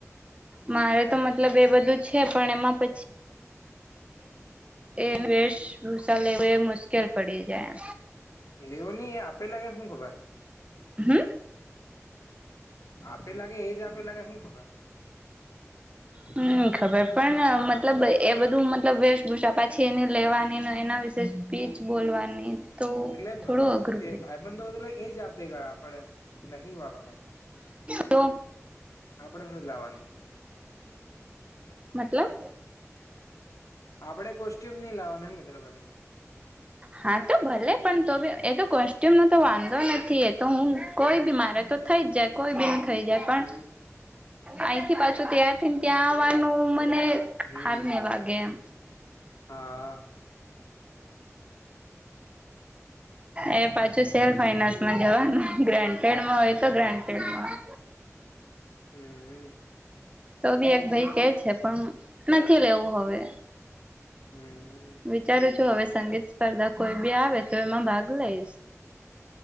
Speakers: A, on the right (about 20°); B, on the left (about 85°).
A: મારે તો મતલબ એ બધું છે પણ એમાં પછી એ વેશભૂષા લેવ એ મુશ્કેલ પડી જાય
B: લેવું નહી એ આપે લાગે શું ખબર
A: એમ હમ
B: આપે લાગે એજ આપે લાગે હું ખબર <inaudible>
A: હમ ખબર પણ મતલબ એ બધું મતલબ વેશભૂષા પાછી એની લેવાનીને એના વિશે સ્પીચ બોલવાની તો
B: એટલે
A: થોડું અઘરું પડી
B: એ
A: જાય.
B: ભાઈ બંધલે એ જ આપે ગયા આપડે એટલે અહી વાળા લાગે
A: તો
B: આપડે થોડું લાવવાનુ
A: મતલબ
B: આપણે કોસ્ટ્યુમ નઈ લાવવાનુંનેમ કીેું ભાઈ બધુ
A: હા તો ભલે પણ તોી એ તો કોસ્ટ્યુમ નો તો વાંધો નથી એ તો હુ કોઈ
B: હમ
A: બી મારે તો થઈ જ જાય કોઈ બી ન થઈ જાય પણ
B: હમ
A: અહીં થી પાછું ત્યાર થી ને ત્યાં આવવાનું મને
B: હમ
A: હાર ને વાગે એમ
B: હા
A: એ પાછું સેલ્
B: હમ
A: ફાઈનાન્સમાં જવા ગ્રાન્ટેડમાં હોય
B: હમ
A: તો ગ્રાન તેમાં
B: હમ
A: તો બી એક ભાઈ કે છે પણ નથી લેવું હવે
B: હમ
A: વિચારું છું હવે સંગીત સ્પર્ધા કોઈ બી આવે તો એમાં ભાગ લઈશ